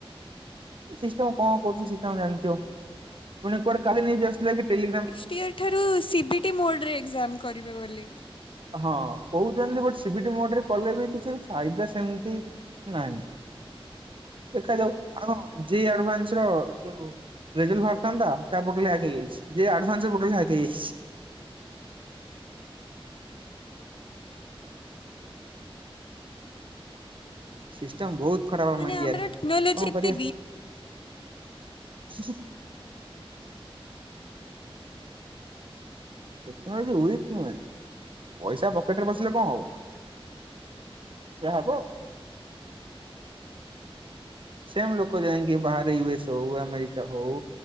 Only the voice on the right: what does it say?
ସିଷ୍ଟମ କଣ କରୁଛି ସିଷ୍ଟମ ଜାଣିଥିବ ପୁଣି କୁଆଡେ କାଲି ନେଇକି ଆସିଥିଲା କି ଟେଲିଗ୍ରାମ
ହଁ କହୁଛନ୍ତି ବଟ ସିିବଟି ମୋଡରେ କଲେ ବି କିଛି ଫାଇଦା ସେମତି ନାଇଁ ଦେଖାଯାଉ ଆ ହଁ ଜି ଆଡଭାନ୍ସ ର ଯୋଉ ରେଜଲ୍ ବାହାରିଥାନ୍ତା ତା ପୋଟଲ ହ୍ୟାକ ହେଇଯାଇଛି ଯେ ଆଡ଼ଭାନ୍ସ ପୋଟଲ ହ୍ୟାକ ହେଇଯାଇଛି। ସିଷ୍ଟମ ବହୁତ ଖରାପ ହେବ
ଆମ ଇଣ୍ଡିଆରେ
କଣ
କରିବା ହୁଁହୁଁ ଟେକ୍ନୋଲୋଜି ୱିକ୍ ନୁହେଁ ପଇସା ପକେଟରେ ପସିଲେ କଣ ହବ। ଯା ହବ। ସେମ ଲୋକ ଯାଇଙ୍କି ବାହାରେ ୟୁଏସ ହଉ ଆମେରିକା ହଉ